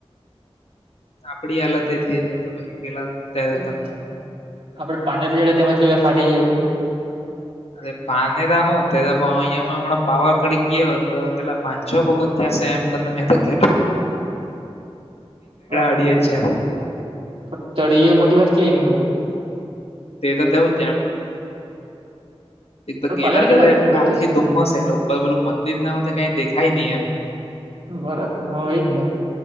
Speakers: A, on the left; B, on the right.
A: આપડી હાલત એ થઈ જાય તો પછી પેલા. ત્યારે
B: આપડે
A: તો હું
B: પા લ જોડે તેજ કેવી વાર ફાટી જયો ને.
A: અરે પાનેરા હું ત્યારે અહીંયા હમણાં પાવાગઢી ગયો તો પેલા પાંચ છ વગો. ત્યા શે એમ કેને મે તો કીધું
B: અહહ
A: અઢી હજાર
B: ચડીયે એ મોટી વાત કેને તું.
A: તે તો તેવજ જાણે. એક તો
B: પણ
A: ગેલા
B: પાનેરા કેટલા
A: ત્યારે એટલે
B: પગથિયા
A: આખી ધુમ્મસ એટલે ઉપર પેલું મંદિર નર એવું તો કઈ દેખાય નહી એમ.
B: બરાબર હ એજ ને.